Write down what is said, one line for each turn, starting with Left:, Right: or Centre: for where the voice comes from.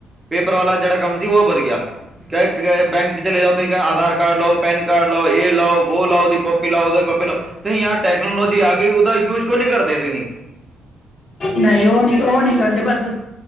Right: ਪੇਪਰ ਵਾਲਾ ਜਿਹੜਾ ਕੰਮ ਸੀ ਉਹ ਵੱਧ ਗਿਆ। ਕ ਬੈਂਕ ਚਲੇ ਜਾਓ ਤੁ ਕ ਆਧਾਰ ਕਾਰਡ ਲਓ, ਪੈਨ ਕਾਰਡ ਲਓ ਇਹ ਲਾਓ ਵੋ ਲਾਓ ਉਹਦੀ ਕਾਪੀ ਲਾਓ ਉਹਦੇ ਕਾਪੀ ਲਾਓ ਤੂਹੀ ਯਾਰ ਟੈਕਨੋਲਜੀ ਆਈ ਉਹਦਾ ਯੂਜ ਕਿਉ ਨੀ ਕਰਦੇ ਤੂਹੀ।
Left: ਨਈ ਉਹ ਨੀ ਕਰਦੇ ਬਸ